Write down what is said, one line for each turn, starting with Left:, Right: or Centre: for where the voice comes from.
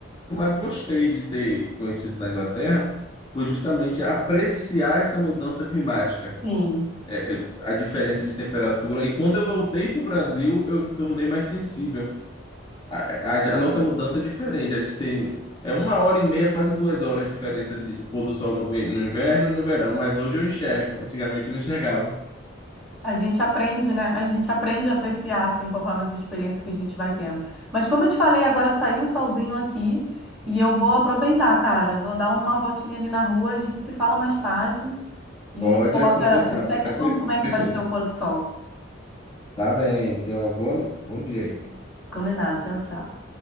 Left: eu mais gostei de ter conhecido na Inglaterra, foi justamente apreciar essa mudança climática,
Centre: Sim.
Left: é, é, a diferença de temperatura. E quando eu voltei para o Brasil, eu me tornei mais sensível. A, a- a nossa mudança é diferente. A gente tem é uma hora e meia, quase duas horas de diferença de- do pôr do sol no, ve- no inverno e no verão. Mas hoje eu enxergo. Antigamente eu não enxergava.
Centre: A gente aprende, né? A gente aprende a apreciar, assim, conforme as experiências que a gente vai tendo. Mas como eu te falei, agora saiu o solzinho aqui e eu vou aproveitar, cara. Eu Vou dar uma voltinha ali na rua, a gente se fala mais tarde e
Left: Pode
Centre: coloca.
Left: aproveitar,
Centre: Eu
Left: vai
Centre: até
Left: ficar
Centre: te conto
Left: per-
Centre: como é que
Left: perfeito.
Centre: vai ser o pôr do sol.
Left: Tá bem, tenha um bom dia aí.
Centre: Combinado. Tchau, tchau.